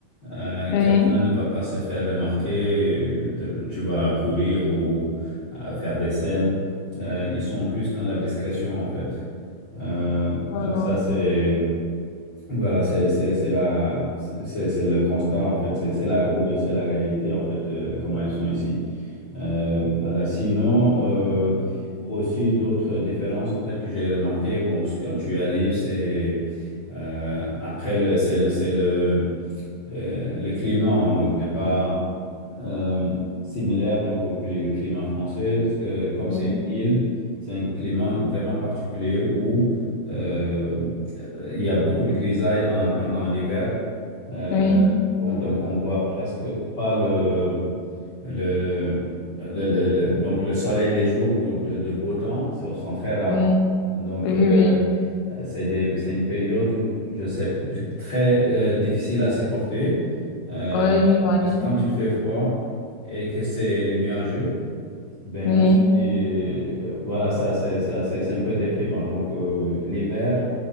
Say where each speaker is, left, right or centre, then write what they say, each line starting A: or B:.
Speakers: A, on the left; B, on the left.
A: Euh, quelqu'un
B: Oui.
A: ne va pas se faire remarquer, euh, de- tu vas courir ou à faire des scènes. Euh, ils sont plus dans la discrétion, en fait. Euh, donc
B: Voilà.
A: ça, c'est voilà, c'est c'est c'est la c'est c'est le constat en fait, c'est c'est la ou- c'est la réalité en fait de comment ils sont ici. Euh, voilà. Sinon, euh, aussi d'autres différences en fait que j'ai remarqué. Bon, ce- quand tu arrives, c'est euh, après le c'est le c'est le euh, le climat hein, donc n'est pas euh, similaire donc au pli- au climat français, parce que comme
B: Oui.
A: c'est une île, c'est un climat vraiment particulier où euh, euh, il y a beaucoup de grisailles en- pendant l'hiver. Euh,
B: Oui.
A: on- donc on voit presque pas le, le, le, le- le- le- donc le soleil les jours où de, de beau temps sont, sont très rares.
B: Oui,
A: Donc
B: oui,
A: euh,
B: oui,
A: euh, C'est des- c'est une période, je sais, très euh, difficile à supporter euh,
B: oui, j'imagine.
A: parce que quand il fait froid et que c'est nuageux, ben
B: Oui.
A: on se dit, euh, voilà, ça c'est ça c'est c'est un peu déprimant. Donc euh, l'hiver,